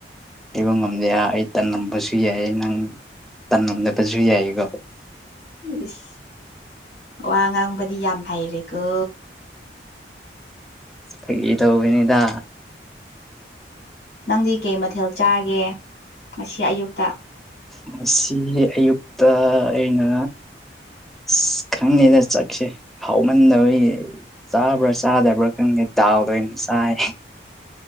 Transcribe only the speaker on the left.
ꯏꯁ ꯋꯥ ꯉꯥꯡꯕꯗꯤ ꯌꯥꯝ ꯍꯩꯔꯦꯀꯣ
ꯅꯪꯗꯤ ꯀꯩ ꯃꯊꯦꯜ ꯆꯥꯒꯦ ꯉꯁꯤ ꯑꯌꯨꯛꯇ